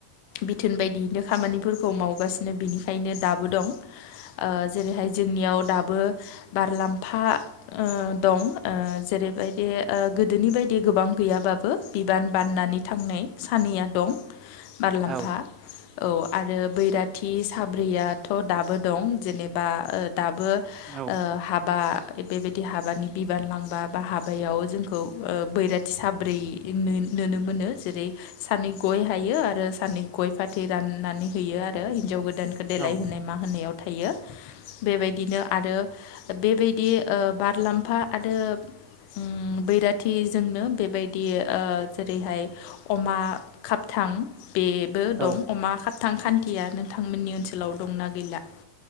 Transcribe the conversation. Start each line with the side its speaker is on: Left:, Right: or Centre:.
Left: बिथोन बायदियैनो खामानिफोरखौ मावगासिनो बिनिखायनो दाबो दं। ओ जेरैहाय जोंनियाव दा बो बारलाम्फा ओ दं ओ जेरैबायदि ओ गोदोनि बायदि गोबां गैयाबाबो। बिबान बाननानै थांनाय सानैया दं बारलाम्फा
Right: औ
Left: औ। आरो बैराथि साब्रैयाथ' दाबो दं जेनेबा ओ दाबो ओ
Right: औ
Left: हाबा बेबायदि हाबानि बिबान लांबा बा हाबायाव जोंखौ बैराथि साब्रै नु-नुनो मोनो जेरै सानै गय हायो आरो सानै गय फाथै राननानै होयो आ रो हिन्जाव गोदानखौ देलायहोनाय
Right: औ
Left: मा होनायाव थायो। बेबायदिनो आरो बेबायदि ओ बारलाम्फा आरो उम बैराथिजोंनो बेबायदि ओ जेरैहाय अमा खाबथां बेबो
Right: औ
Left: दं अमा खाबथां खान थिया नोंथांमोननि ओनसोलाव दंना गैला?